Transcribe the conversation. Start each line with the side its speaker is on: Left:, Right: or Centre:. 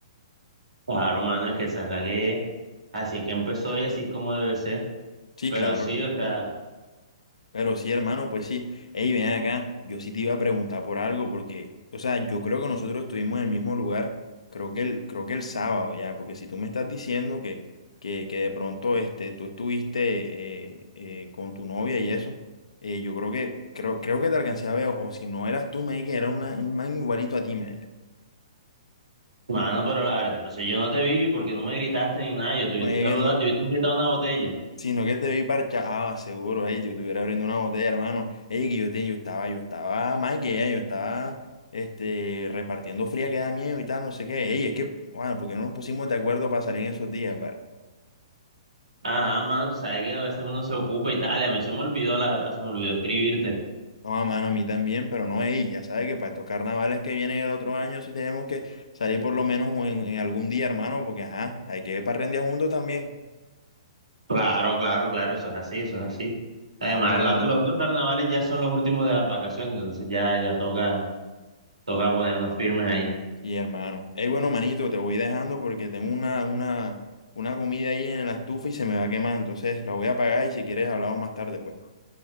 Right: Claro, mano, es que esa es la que, así es que empezó y así es como debe ser.
Left: Sí,
Right: Pero
Left: claro.
Right: sí, o sea,
Left: Pero sí, hermano, pues sí. Ey, ven acá. Yo sí te iba a preguntar por algo porque, o sea, yo creo que nosotros estuvimos en el mismo lugar, creo que el, creo que el sábado ya, porque si tú me estás diciendo que, que, que de pronto este, tú estuviste eh, eh, con tu novia y eso, eh, yo creo que, creo, creo que te alcancé a ver, o si no eras tú, me dije que era una, un man igualito a ti, me
Right: mano, pero la verdad, entonces yo no te vi porque no me gritaste ni nada, yo te hubiese
Left: dije.
Right: saludado, te hubiese invitado a una botella.
Left: Sino que te vi parchado, ah, seguro, ey, yo estuviera abriendo una botella, hermano. Ey, que yo, te, yo estaba, yo estaba más que ella, yo estaba este, repartiendo fría que da miedo y tal, no sé qué. Ey, es que, bueno, porque no nos pusimos de acuerdo para salir en esos días, par?
Right: Ajá, mano, tú sabes que a veces uno se ocupa y tal, y a mí se me olvidó, la verdad, se me olvidó escribirte.
Left: No, mano, a mí también, pero no, ey, ya sabes que para estos carnavales que vienen el otro año sí tenemos que salir por lo menos en, en algún día, hermano, porque ajá, hay que parrandear juntos también.
Right: Claro, claro, claro, eso es así, eso es así.
Left: Claro,
Right: Además,
Left: mi hermanito.
Right: la- los otros carnavales ya son los últimos de las vacaciones, entonces ya, ya toca, toca ponernos firmes ahí.
Left: Sí, hermano. Ey, bueno, manito, te voy dejando porque tengo una, una, una comida ahí en la estufa y se me va a quemar. Entonces la voy a apagar y si quieres hablamos más tarde, pues.